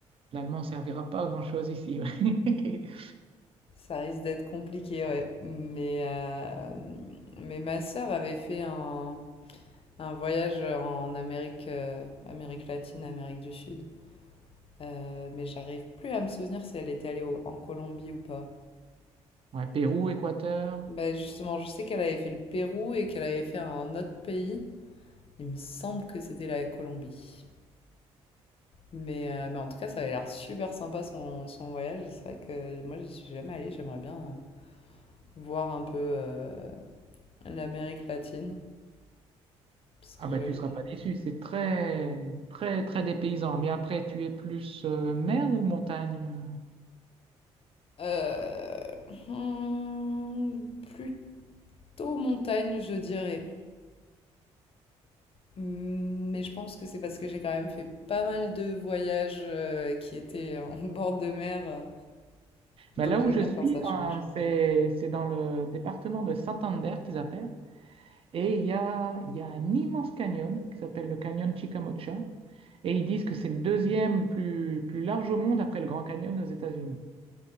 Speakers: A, on the right; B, on the left.
A: l'allemand servira pas à grand-chose ici. Ouais. <laughs>
B: Ça risque d'être compliqué, ouais. Mais, euh, mais ma sœur avait fait un, un voyage en Amérique, euh, Amérique latine, Amérique du Sud. Euh, mais j'arrive plus à me souvenir si elle était allée au- en Colombie ou pas.
A: Ouais, Pérou, Équateur.
B: Bah justement, je sais qu'elle avait fait le Pérou et qu'elle avait fait un autre pays. Il me semble que c'était la Colombie. Mais, euh, mais en tout cas, ça avait l'air super sympa son, son voyage. C'est vrai que moi, je suis jamais allée. J'aimerais bien euh, voir un peu euh, l'Amérique latine. Parce que
A: Ah ben
B: j'avoue.
A: tu seras pas déçu, c'est très très très dépaysant. Mais après, tu es plus euh, mer ou montagne?
B: Euh, hmm, plutôt montagne, je dirais. Hmm, Mais je pense que c'est parce que j'ai quand même fait pas mal de voyages euh, qui étaient en <laughs> bord de mer. euh, donc
A: Ben, là
B: j'aime
A: où je
B: bien
A: suis,
B: quand ça change.
A: hein, c'est c'est dans le département de Santander qu'ils appellent. Et il y a, il y a un immense canyon qui s'appelle le canyon Chicamocha. Et ils disent que c'est le deuxième le plus, plus large au monde après le Grand Canyon aux États-Unis.